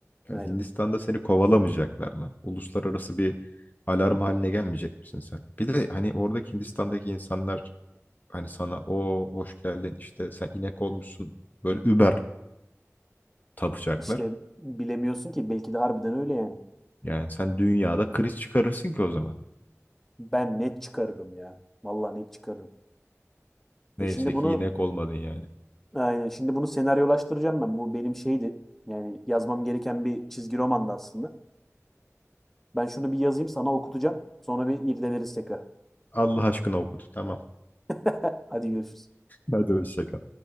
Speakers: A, on the left (about 35°); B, in the centre.
A: Yani
B: Aynen.
A: Hindistan'da seni kovalamayacaklar mı? Uluslararası bir alarm haline gelmeyecek misin sen? Bir de hani oradaki Hindistan'daki insanlar Hani sana o hoş geldin işte sen inek olmuşsun böyle über tapacaklar.
B: İşte bilemiyorsun ki belki de harbiden öyle yani.
A: Yani sen dünyada kriz çıkarırsın ki o zaman.
B: Ben net çıkarırım ya. Vallahi net çıkarırım. E
A: Neyse
B: şimdi bunu
A: ki inek olmadın yani.
B: aynen şimdi bunu senaryolaştıracağım ben. Bu benim şeydi. Yani yazmam gereken bir çizgi romandı aslında. Ben şunu bir yazayım sana okutacağım. Sonra bir irdeleriz tekrar.
A: Allah aşkına okut. Tamam.
B: <laughs> Hadi görüşürüz.
A: Hadi hoşça kal.